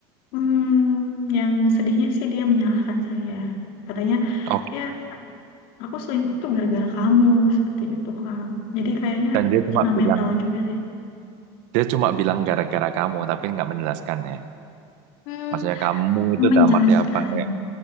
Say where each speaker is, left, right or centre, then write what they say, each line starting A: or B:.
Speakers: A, on the left (about 65°); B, on the right (about 65°).
A: hmm, yang sedihnya sih dia menyalahkan saya. Katanya
B: Oke.
A: ya aku selingkuh tuh gara-gara kamu seperti itu kak jadi kayaknya
B: Dan dia
A: aku
B: cuma
A: kena
B: bilang
A: mental juga sih
B: Dia cuma bilang gara-gara kamu, tapi nggak menjelaskannya.
A: Hmm,
B: Maksudnya kamu itu
A: menjelaskan
B: dalam arti apa? Kayak